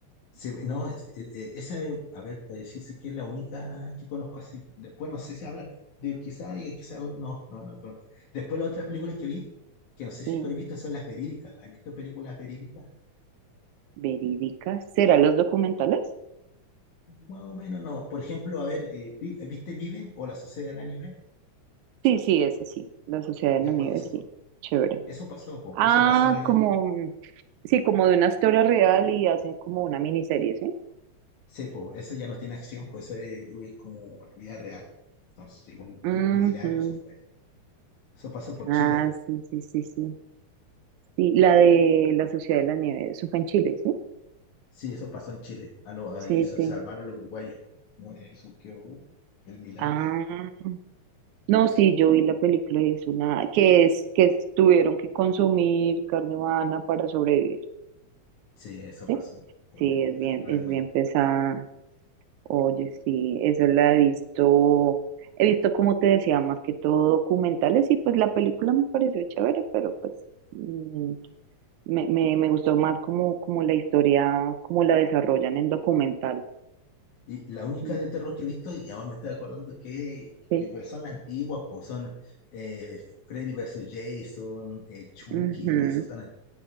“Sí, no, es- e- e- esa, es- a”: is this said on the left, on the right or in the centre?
Left